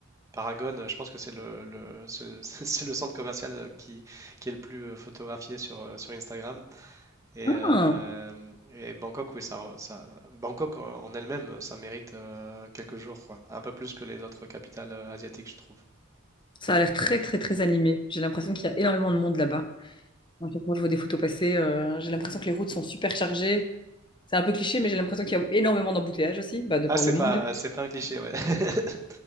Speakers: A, on the right; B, on the left.
A: Paragon, euh, je pense que c'est le, le- c'est le- <laughs> c'est le centre commercial euh, qui, qui est le plus euh, photographié sur, euh, sur Instagram. Et,
B: Ah,
A: euh, et Bangkok, oui, ça, re- ça- Bangkok en en elle-même, euh, ça mérite euh, quelques jours, quoi. Un peu plus que les autres capitales euh, asiatiques, je trouve.
B: ça a l'air très très très animé. J'ai l'impression qu'il y a énormément de monde là-bas. À chaque fois que je vois des photos passer, euh, j'ai l'impression que les routes sont super chargées. C'est un peu cliché, mais j'ai l'impression qu'il y a énormément d'embouteillages aussi, bah, de
A: Ah,
B: par
A: c'est
B: le
A: pas,
B: monde du
A: c'est pas un cliché, ouais. <laughs>